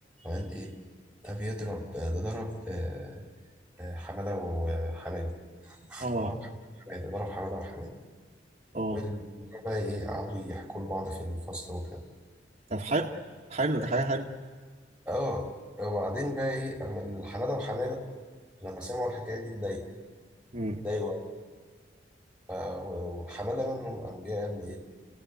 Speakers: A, in the centre; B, on the right (about 35°).
A: وقال إيه ده بيضرب ده ضرب آه، آه، حمادة وحماد
B: اه
A: ضرب حماده ضرب حماده وحماده
B: اه
A: والمدير بقى ايه قعدوا يحكوا لبعض في الفصل وكده
B: طب حلو حلو ده حاجه حلوه
A: اه وبعدين بقى ايه اما حماده وحماده لما سمعوا الحكايه دي اتضايقوا
B: مم.
A: اتضايقوا قوي. ف- وحماده منهم قام جه قال لي ايه